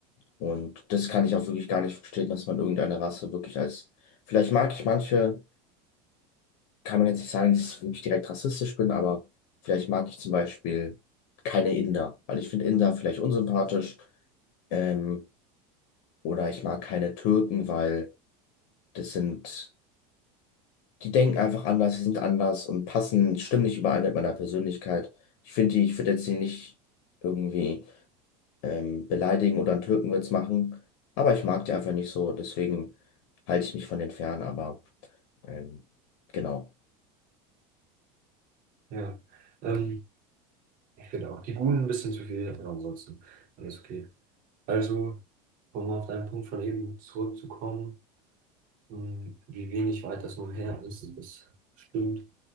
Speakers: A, on the left; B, on the right.
A: Und das kann ich auch wirklich gar nicht verstehen, dass man irgendeine Rasse wirklich als, vielleicht mag ich manche kann man jetzt nicht sagen, dass ich wirklich direkt rassistisch bin, aber vielleicht mag ich zum Beispiel keine Inder, weil ich finde Inder vielleicht unsympathisch. Ähm, oder ich mag keine Türken, weil das sind, die denken einfach anders, die sind anders und passen, stimmen nicht überein mit meiner Persönlichkeit. Ich finde die, ich würde jetzt die nicht irgendwie ähm, beleidigen oder einen Türkenwitz machen, aber ich mag die einfach nicht so, deswegen halte ich mich von denen fern, aber ähm, genau.
B: ja. Ähm, Genau. Die Guten ein bisschen zu viel, aber ansonsten alles okay. Also, um auf deinen Punkt von eben zurückzukommen, mh, wie wenig weit das nur her ist, das stimmt,